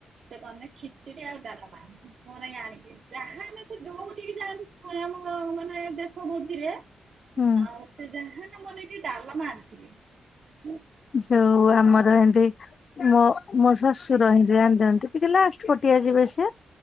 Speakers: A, on the right; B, on the left.
A: ସେ ଗଲେ ଖିଚିଡ଼ି ଆଉ ଡାଲମା ମୋ ନାଗି ଆଣିଥିବେ। ଯାହାହେଲେ ସେ ଯଉଠିକି ଯାଆନ୍ତୁ <unintelligible> ମାନେ ଦେଶ ଭୋଜିରେ,
B: ହୁଁ
A: ଆଉ ସେ ଯାହାହେଲେ ମୋ ନାଗି ଡାଲମା ଆଣିଥିବେ।
B: ଯୋଉ ଆମର ଏନ୍ତି ମୋ ମୋ ଶ୍ୱଶୁର ହିନ୍ତି ଆଣି ଦିଅନ୍ତି। ଟିକେ ଲାଷ୍ଟ୍ ପଟିଆ ଯିବେ ସିଏ